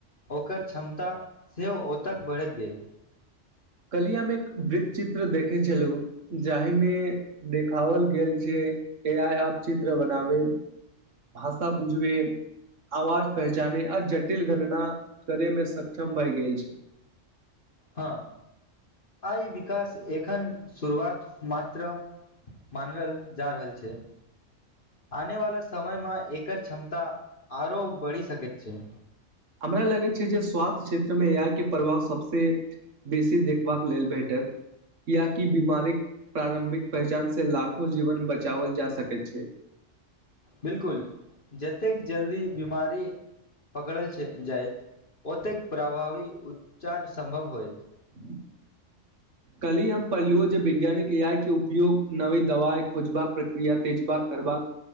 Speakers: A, on the left (about 45°); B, on the right (about 70°).
A: ओकर क्षमता सेहो ओतक बढ़ैत गेल।
B: कलि हम एक वृत चित्र देखै छलु जाहिमे देखाओल गेल छै ए आइ आप चित्र बनाबे भाषा बुझबे आवाज पहचाने आ जटिल गणना करे मे सक्षम भए गेल छै।
A: हँ आई विकास एखन शुरुआत मात्र मानल जा रहल छै। आने वला समयमे एकर क्षमता आरो बढ़ी सके छै।
B: हमरा लगैत छै जे स्वास्थ्य क्षेत्रमे ऐ आई के प्रभाव सभसँ बेसी देखबाक लेल भेटत। कियाकि बीमारीक प्रारम्भिक पहचान से लाखो जीवन बचाओल जा सकैत छै।
A: बिलकुल जतेक जल्दी बीमारी पकड़ल छै जाइत ओतेक प्रभावी उपचार सम्भव होयत।
B: <inaudible> कल्हि हम पढ़लूओ जे वैज्ञानिक ए आई के उपयोग नवी दवाइ खोजबाक प्रक्रिया तेज बाक करबाक